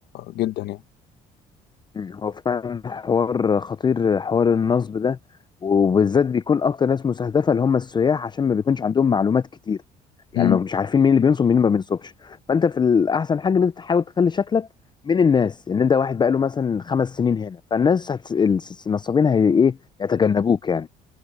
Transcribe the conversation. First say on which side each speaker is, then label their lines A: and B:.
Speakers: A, on the left (about 80°); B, on the left (about 25°).
A: جدا يعني
B: مم. هو فعلا حوار خطير حوار النصب ده وبالذات بيكون اكتر ناس مستهدفه اللي هم السياح عشان ما بيكونش عندهم معلومات كتير يعني
A: مم.
B: ما مش عارفين مين اللي بينصب مين اللي ما بينصبش فانت في الاحسن حاجه ان انت تحاول تخلي شكلك من الناس ان انت واحد بقاله مثلا خمس سنين هنا فالناس هت... الس- النصابين هي ايه يتجنبوك يعني